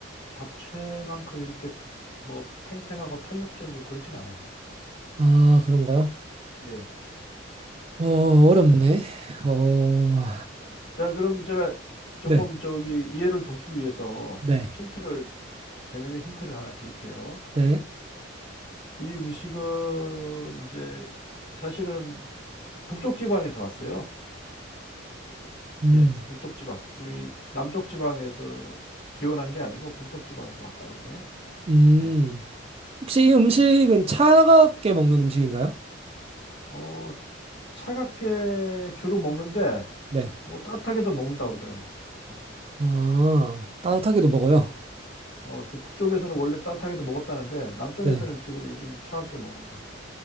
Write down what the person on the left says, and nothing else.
잡채만큼 이렇게 뭐 탱탱하고 탄력적이고 그러진 않아요.
예.
자, 그럼 제가 조금
저기 이해를 돕기 위해서
힌트를 재있는 힌트를 하나 드릴게요.
예. 이 음식은 이제 사실은 북쪽 지방에서 왔어요.
예, 북쪽 지방. 우리 남쪽 지방에서 기원한 게 아니고 북쪽 지방에서 왔다 그러네요.
예.
어, 차갑게 주로 먹는데
뭐 따뜻하게도 먹는다 그러더라고요. 네.
예.
어, 그 북쪽에서는 원래 따뜻하게도 먹었다는데 남쪽에서는
주로 요즘 차갑게 먹는 것 같아요.